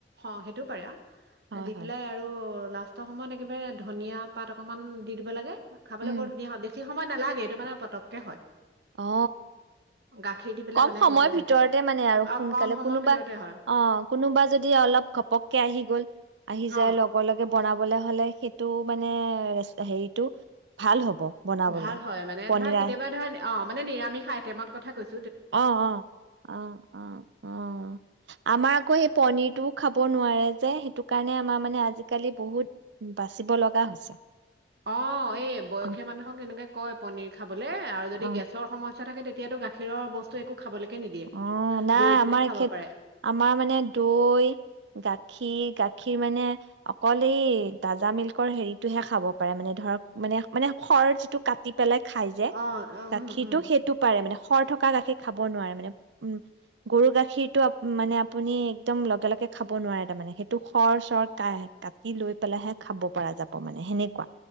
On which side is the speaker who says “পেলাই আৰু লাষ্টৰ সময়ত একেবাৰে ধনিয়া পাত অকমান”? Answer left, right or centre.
Right